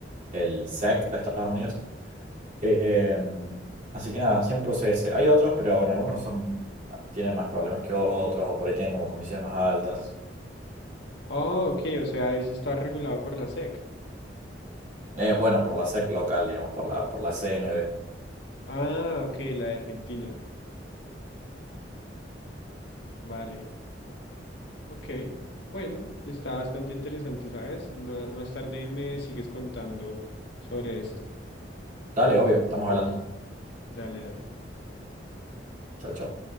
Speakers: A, on the right; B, on the left.
A: el SEC de Estados Unidos. Eh, así que nada, siempre usé ese. Hay otros, pero bueno, algunos son, tienen más problemas que otros, o por ahí tienen como comisiones más altas.
B: Oh, ok, o sea, ese está regulado por la SEC.
A: Eh, bueno, por la SEC local, digamos, por la, por la CNB.
B: Ah, ok, la de Argentina. Vale. Ok, bueno, está bastante interesante, ¿sabes? No- más tarde me sigues contando sobre esto.
A: Dale, obvio, estamos hablando.
B: Dale, dale.
A: Chau, chau.